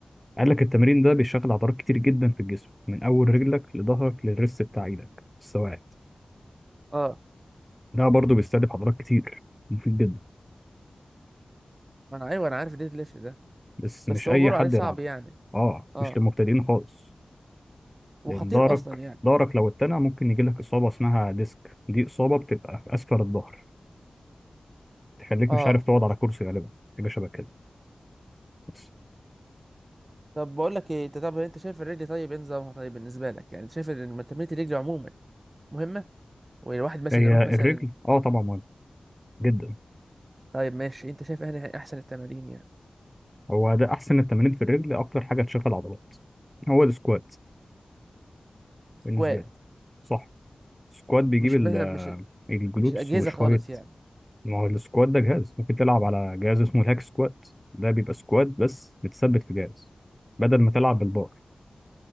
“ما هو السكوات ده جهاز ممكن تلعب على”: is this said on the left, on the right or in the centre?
Centre